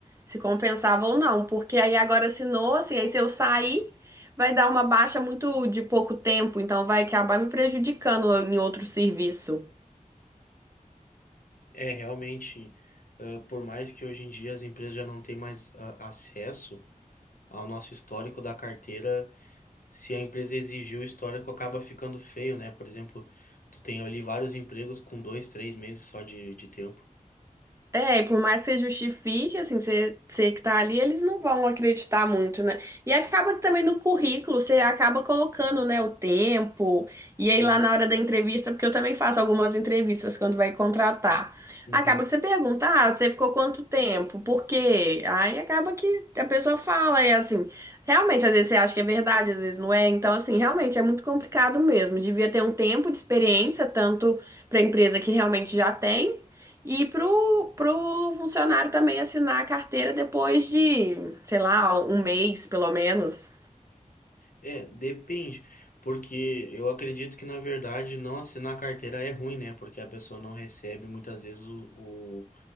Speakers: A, on the right; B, on the left.
A: se compensava ou não, porque aí agora assinou, assim, aí se eu sair, vai dar uma baixa muito de pouco tempo, então vai acabar me prejudicando em outro serviço.
B: É realmente, ah, por mais que hoje em dia as empresas já não têm mais ah, acesso ao nosso histórico da carteira, se a empresa exigir o histórico, acaba ficando feio, né? Por exemplo, tu tem ali vários empregos com dois, três meses só de, de tempo.
A: É, e por mais que você justifique, assim, você, você que tá ali, eles não vão acreditar muito, né? E acaba que também no currículo você acaba colocando, né, o tempo, e aí
B: Sim.
A: lá na hora da entrevista, porque eu também faço algumas entrevistas quando vai contratar.
B: Uhum.
A: Acaba que você pergunta, ah, você ficou quanto tempo? Por quê? Aí acaba que a pessoa fala, e assim, realmente, às vezes você acha que é verdade, às vezes não é. Então, assim, realmente é muito complicado mesmo. Devia ter um tempo de experiência, tanto para a empresa que realmente já tem. E pro, pro funcionário também assinar a carteira depois de, sei lá, um mês, pelo menos.
B: É, depende, porque eu acredito que na verdade não assinar carteira é ruim, né? Porque a pessoa não recebe muitas vezes o, o-